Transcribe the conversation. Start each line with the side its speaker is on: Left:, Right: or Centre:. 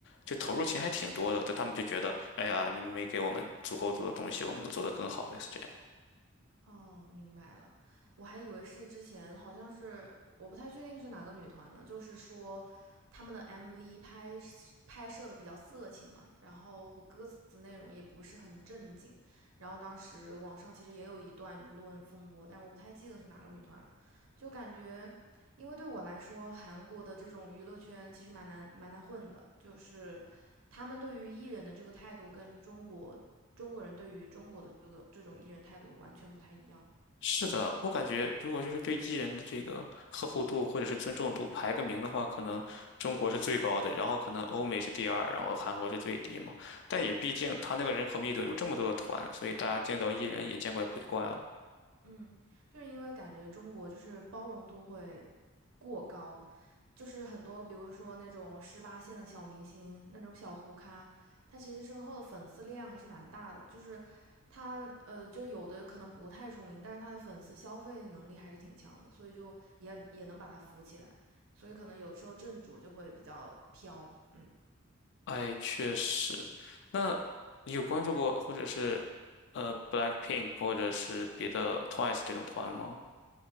Left: 就投入钱还挺多的。但他们就觉得，哎呀，你们没给我们足够多的东西，我们能做得更好，类似这样。
Right: 哦，明白了。我还以为是之前好像是我不太确定是哪个女团了，就是说他们的 MV 拍摄拍摄的比较色情嘛，然后歌词内容也不是很正经，然后当时网上其实也有一段舆论风波，但我不太记得是哪个女团了，就感觉因为对我来说，韩国的这种娱乐圈其实蛮难蛮难混的，就是。他们对于艺人的这个态度跟中国中国人对于中国的这个这种艺人态度完全不太一样。
Left: 是的，
Right: 嗯，
Left: 我感觉如果就是对艺人的这个呵护度或者是尊重度排个名的话，
Right: 对，
Left: 可能中国是最高的，然后可能欧美是第二，然后韩国是最低嘛。但也毕竟他那个人口密度有这么多的团，所以大家见到艺人也见怪不怪了。
Right: 嗯，就是因为感觉中国就是包容度会过高，就是很多比如说那种十八线的小明星，那种小糊咖，他其实身后的粉丝力量还是蛮大的，就是。他呃，就有的可能不太出名，但是他的粉丝消费能力还是挺强的，所以就也也能把他扶起来，所以可能有的时候正主就会比较飘，嗯。
Left: 哎，确实。那你有关注过或者是呃 BLACKPINK 或者是别的 TWICE 这种团吗？